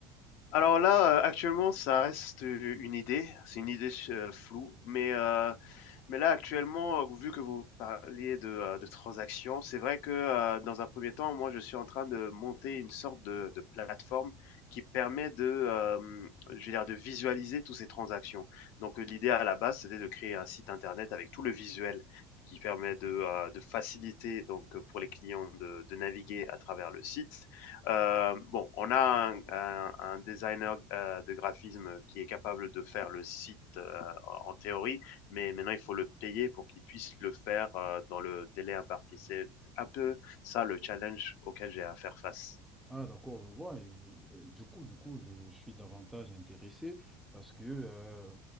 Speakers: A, on the left; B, in the centre.
A: Alors là, heu, actuellement, ça reste, euh, une idée. C'est une idée s floue, mais heu mais là, actuellement, heu, vu que vous parliez de, heu, de transactions, c'est vrai que, heu, dans un premier temps, moi, je suis en train de monter une sorte de de plateforme qui permet de, hem, je veux dire, de visualiser toutes ces transactions. Donc, heu, l'idée à la base, c'était de créer un site internet avec tout le visuel qui permet de, heu, de faciliter donc, heu, pour les clients de de naviguer à travers le site. Hem, bon, on a un un un designer, heu, de graphisme qui est capable de faire le site, heu, en en théorie, mais maintenant il faut le payer pour qu'il puisse le faire euh, dans le délai imparti. C'est un peu ça le challenge auquel j'ai à faire face.
B: Ah, d'accord, je vois. Et, euh, du coup, du coup, je suis davantage intéressé parce que euh,